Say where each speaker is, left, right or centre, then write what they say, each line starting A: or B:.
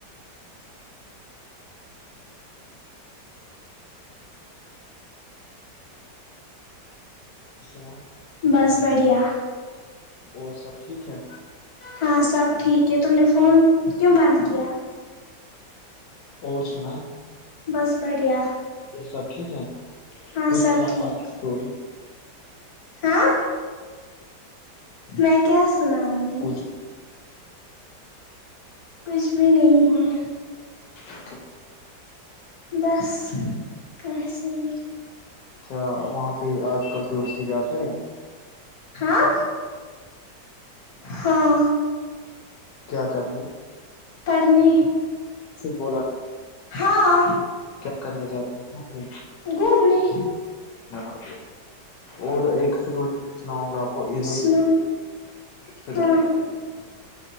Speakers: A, on the left; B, on the left.
A: سنا
B: بس بڑھیا
A: اور سب ٹھیک ہے
B: ہاں سب ٹھیک ہے تم نے فون کیوں بند کیا
A: اور سنا
B: بس بڑھیا
A: یہ سب ٹھیک ہے
B: ہاں
A: کچھوری
B: سب ٹھیک ہاں میں کیا سناؤں گی
A: کچھ
B: کچھ بھی نہیں ہے
A: اچھا
B: بس ایسے ہی
A: اچھا وہاں پہ آج کل دٹورسٹ ہی جاتے ہیں
B: ہاں ہاں
A: کیا کرنے
B: پڑھنے
A: بلا
B: ہاں
A: کیا کرنے جاتے ہ
B: گھومنے
A: میں ہاں اور ایک سی سناؤں گا آپ کوید
B: سنا
A: خترک
B: ہاں